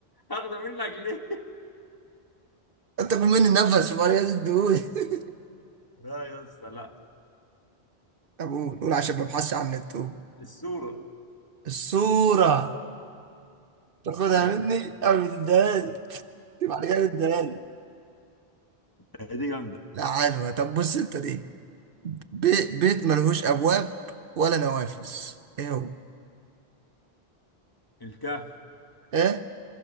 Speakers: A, on the left; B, on the right.
A: هاخده منك ليه
B: انت كل مني النفس وبعد كده تديهولي <laughs>
A: لا يا اسطى لا
B: طب قول قول عشان ما ابحثش عن النت قول.
A: الصوره
B: الصورة تاخدها
A: <laughs>
B: مني قبل ما تديها لي <laughs> بعد كده تديهالي
A: دي جامده
B: لا عارفها طب بص انت دي بي... بيت ملهوش ابواب ولا نوافذ ايه هو
A: الكهف
B: ايه